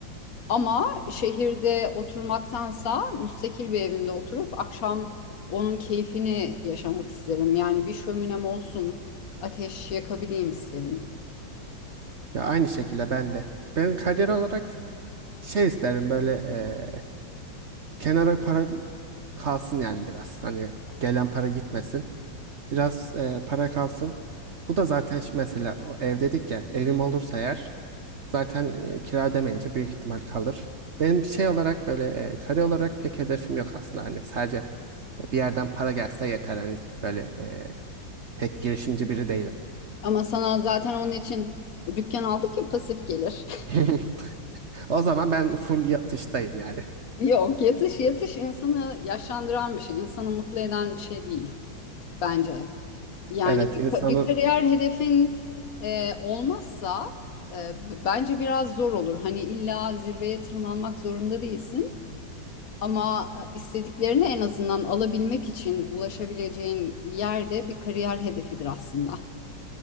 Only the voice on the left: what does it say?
Ama şehirde oturmaktansa müstakil bir evimde oturup akşam onun keyfini yaşamak isterim. Yani bir şöminem olsun, ateş yakabileyim isterim.
Ama sana zaten onun için dükkan aldık ya pasif gelir.
Yok, yatış yatış insanı yaşlandıran bir şey, insanı mutlu eden bir şey değil bence. Yani
bir,
ka- bir kariyer hedefin e, olmazsa e, b- bence biraz zor olur. Hani illa zirveye tırmanmak zorunda değilsin ama e, istediklerini en azından alabilmek için ulaşabileceğin yerde bir kariyer hedefidir aslında.